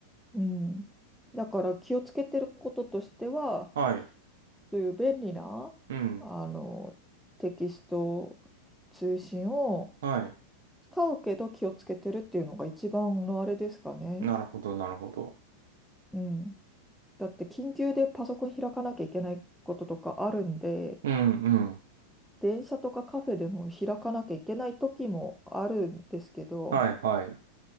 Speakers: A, in the centre; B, on the right (about 60°).
A: うん。だから気をつけてることとしては、
B: はい。
A: そういう便利な、
B: うん。
A: あの、テキスト通信を
B: はい。
A: 使うけど気をつけてるっていうのが一番のあれですかね。
B: なるほど。なるほど。
A: うん。だって緊急でパソコン開かなきゃいけないこととかあるんで、
B: うん。うん。
A: 電車とかカフェでも開かなきゃいけない時もあるんですけど、
B: はい。はい。